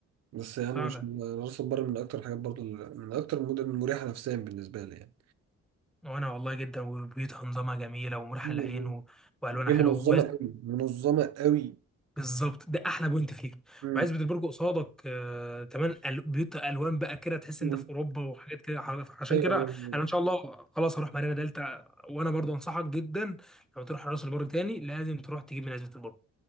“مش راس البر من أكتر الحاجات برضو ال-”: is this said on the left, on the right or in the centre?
Right